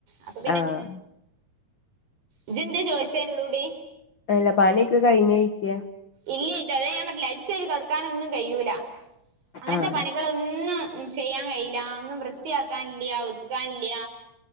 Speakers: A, on the right (about 60°); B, on the left (about 65°).
A: അപ്പൊ
B: ആഹ്
A: ഇജ്ജന്തെ ചോയിച്ചേനുള്ളൂടി
B: അല്ല പണിയൊക്കെ കഴിഞ് ഇരിക്കാന്
A: ഇല്ലത് അത് ഞാൻ പറഞ്ഞില്ലെ അടിച്ചാരി തൊടക്കാനൊന്നും കഴിയൂല അങ്ങനത്തെ
B: ആഹ്
A: പണികളൊന്നും ചെയ്യാൻ കഴിയില്ല ഒന്നും വൃത്തിയാക്കാനില്ല ഒതുക്കാനില്ല